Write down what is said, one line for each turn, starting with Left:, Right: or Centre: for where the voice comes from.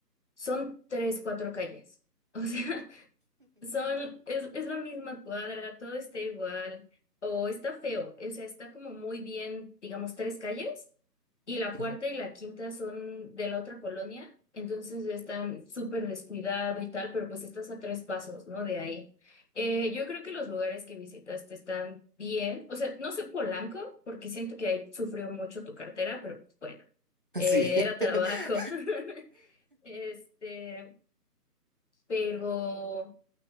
Left: son tres, cuatro calles. <laughs> O sea, Son, es, es la misma cuadra, todo está igual, o está feo, o sea, está como muy bien, digamos, tres calles, y
Right: <laughs>
Left: la cuarta y la quinta son de la otra colonia, entonces ya están súper descuidado y tal, pero pues estás a tres pasos, ¿no? De ahí. Eh, yo creo que los lugares que visitaste están bien, o sea, no sé Polanco, porque siento que ahí sufrió mucho tu cartera, pero pues bueno, eh,
Right: Sí.
Left: era trabajo.
Right: <laughs>
Left: <laughs> Este, pero...